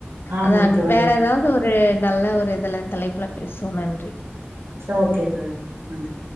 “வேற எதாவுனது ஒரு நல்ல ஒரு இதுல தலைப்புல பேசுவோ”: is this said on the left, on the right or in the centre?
Left